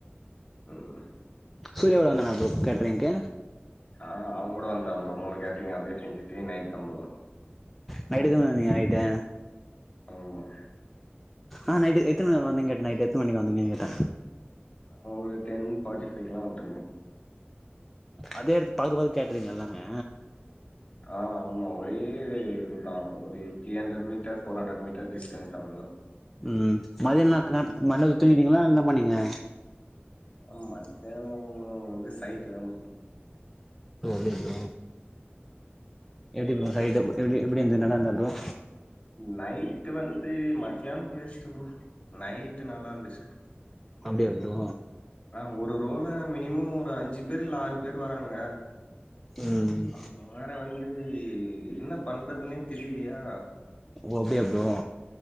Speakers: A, on the left; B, in the centre.
A: ம்
B: சூரியா வரனா <unintelligible> கேட்ரிங்க்கு
A: ஆ அவ கூட வந்தா ப்ரோ மூணு கேட்ரிங் அப்டியே செஞ்சுட்டு நைட் தா வந்தோ
B: நைட்டு தான வருவீங்க நைட்டு
A: ஆமா.
B: ஆ நைட்டுக்கு எத்தன மணிக்கு வந்தீங்க எத்தன மணிக்கு வந்தீங்க கேட்ட
A: அ ஒரு டென் ஃபார்டி ஃபைக் லா வன்ட்ட ப்ரோ
B: அதே எடத்து பக்கத்து கேட்ரிங்க எல்லாமே
A: ஆ ஆமா ஒரே இதுதா ஒரு three hundred metres four hundred metre distance அவ்ளோதா
B: ம் மதியான நேத்துல மண்டத்துல தூங்கிட்டீங்களா என்ன பண்ணிங்க
A: ம் மத்யானோ வந்து சைட்டுதா ப்ரோ
B: அப்டியா ப்ரோ எப்டி ப்ரோ சைட் எ எப்டி இருந்த நல்லாந்தா ப்ரோ
A: நைட் வந்து மத்யான வேஸ்ட்டு ப்ரோ நைட் நல்லா இருந்துச்சு
B: அப்டியா ப்ரோ
A: ஆ ஒரு ரோல மினிமம் ஒரு அஞ்சு பேர் இல்ல ஆறு பேர் வராங்க
B: ம்
A: அங் வேற வந்து என்ன பண்றதுன்னே தெரியலயா
B: ஓ அப்டியா ப்ரோ